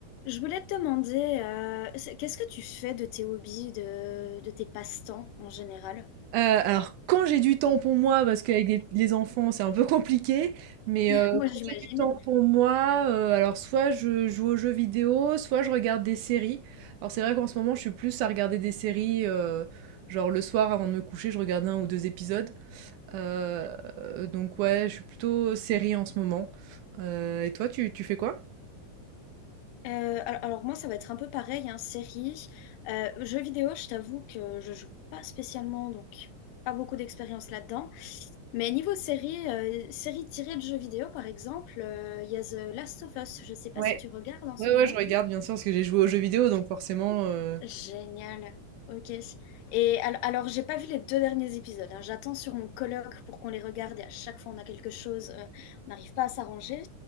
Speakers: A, on the left; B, on the right.
A: Je voulais te demander, euh, c'est- qu'est-ce que tu fais de tes hobbies, de, de tes passe-temps en général?
B: Heu, alors quand j'ai du temps pour moi, parce qu'avec des les enfants, c'est un peu compliqué, mais
A: <laughs>
B: heu,
A: Moi,
B: quand
A: j'imagine.
B: j'ai du temps pour moi, heu, alors soit je joue aux jeux vidéo, soit je regarde des séries. Alors c'est vrai qu'en ce moment, je suis plus à regarder des séries, heu, genre le soir avant de me coucher, je regarde un ou 2 épisodes. Heu, donc ouais, je suis plutôt série en ce moment. Heu, et toi, tu tu fais quoi?
A: Euh, al- alors, moi, ça va être un peu pareil, hein, série. Euh, jeux vidéo, je t'avoue que je joue pas spécialement, donc pas beaucoup d'expérience là-dedans. Mais niveau série, euh, série tirée de jeux vidéo, par exemple, euh, il y a The Last of Us. Je sais pas
B: Ouais.
A: si tu regardes en ce
B: Ouais,
A: moment.
B: ouais, je regarde bien sûr, parce que j'ai joué aux jeux vidéo, donc forcément, heu
A: Génial. Ok. Et al- alors, j'ai pas vu les deux derniers épisodes. hein. J'attends sur mon colloque pour qu'on les regarde. Et à chaque fois, on a quelque chose. euh, on n'arrive pas à s'arranger.